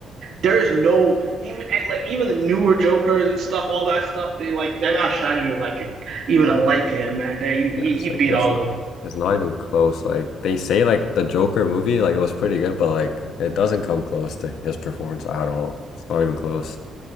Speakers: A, on the right; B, on the left.
A: there is no even like even the newer Jokers and stuff, all that stuff. They like they're not shining like a, even a light to him, man. They,
B: Yeah,
A: he,
B: it's
A: he
B: like
A: beat
B: it's
A: all
B: not
A: of them.
B: it's not even close. Like they say like the Joker movie, like it was pretty good, but like it doesn't come close to his performance at all. It's not even close.